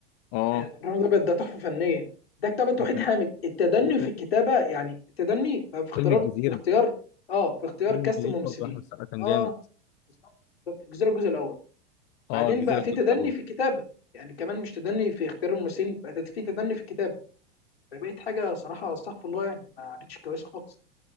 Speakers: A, on the left; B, on the left.
A: اه
B: آه، ابراهيم الابيض ده تحفه فنيه ده كتابة
A: وكان
B: وحيد حامد التدني
A: وفيلم
B: في الكتابه يعني التدني بقى في اختيار
A: فيلم الجزيره
B: في اختيار اه في اختيار
A: فيلم
B: كاست
A: الجزيره
B: الممثلين
A: برضه احمد السقا كان
B: اه
A: جامد
B: بالظبط بالظبط الجزيره الجزء الاول بعدين
A: اه الجزيره
B: بقى في
A: الجزء
B: تدني
A: الاول
B: في الكتابه يعني كمان مش تدني في اختيار الممثلين بقى في تدني في الكتابه فبقيت حاجه صراحه استغفر الله يعني ما عادتش كويسه خالص